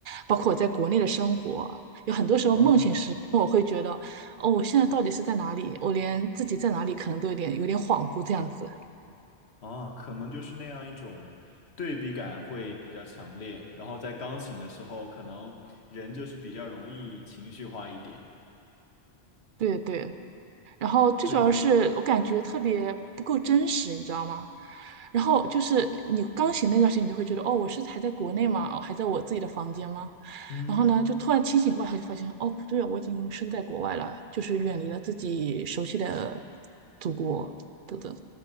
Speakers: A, on the right; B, on the left.
A: 包括我在国内的生活啊，有很多时候梦醒时。
B: 哦，
A: 我会觉得。哦，我现在到底是在哪里？我连自己在哪里可能都有点有点恍惚这样子。
B: 哦，可能就是那样一种对比感会比较强烈，然后在刚醒的时候，可能人就是比较容易情绪化一点。
A: 对对，然后最主要是我感觉特别不够真实，
B: 对，
A: 你知道吗？然后就是你刚醒那段时间，你就会觉得哦，我是还在国内吗？哦，还在我自己的房间吗？
B: 嗯。
A: 然后呢，就突然清醒过来，就发现哦，不对，我已经身在国外了，就是远离了自己熟悉的祖国，等等，